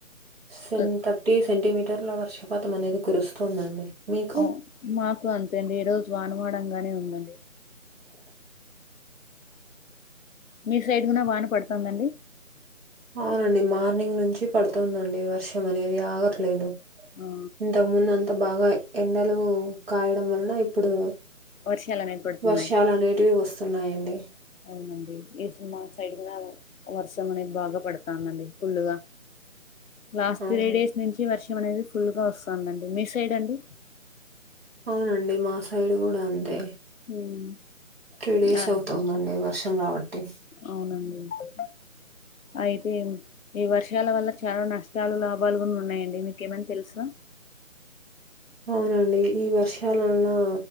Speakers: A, on the right; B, on the left.
A: సేన్
B: అ
A: థర్టీ సెంటిమీ టర్ల వర్షపాతం అనేది కురుస్తుందండి మీకు
B: అ మాకు అంతే అండి ఈ రోజు వానువాడంగానే ఉందండి మీ సైడ్ గున్నా వాన పడుతుందాండి
A: అవునండి మార్నింగ్ నుంచి పడుతుందండి వర్ష అనేది ఆగట్లేదు
B: ఆ
A: ఇంతకు ముందు అంత బాగా ఎండలు కాయడం వలన ఇప్పుడు
B: వర్షాలు అనేది పడుతున్నాయి
A: వర్షాలు అనేటివి వస్తున్నాయండి
B: అవునండి ఈ సిని మా సైడ్ గూడ వర్షం అనేది బాగా పడతాదండి ఫుల్ గా లాస్ట్
A: అవును
B: త్రీ డేస్ నుంచి వర్ష అనేది ఫుల్ గా వస్తుందండి మీ సైడ్ అండి
A: అవునండి మా సైడ్ కూడా అంతే
B: ఉమ్.
A: త్రీ డేస్
B: ఆ
A: అవుతాందండి వర్షం రాబట్టి
B: అవునండి అయితే ఈ వర్షాల వల్ల చాలా నష్టాలు లాభాలు ఉన్నాయండి మీకేమన్నా తెలుసా?
A: అవునండి ఈ వర్షాలలో